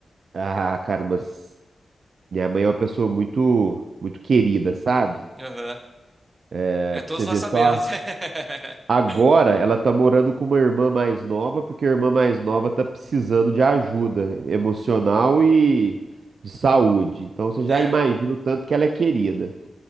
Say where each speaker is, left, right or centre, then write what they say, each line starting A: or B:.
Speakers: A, on the right; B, on the right.
A: Ah, cara, mas minha mãe é uma pessoa muito, muito querida, sabe?
B: Aham.
A: É,
B: É,
A: pra
B: todos
A: você
B: nós
A: ver
B: sabemos.
A: só.
B: <laughs>
A: Agora ela tá morando com uma irmã mais nova, porque a irmã mais nova tá precisando de ajuda emocional e de saúde. Então você já
B: Certo.
A: imagina o tanto que ela é querida.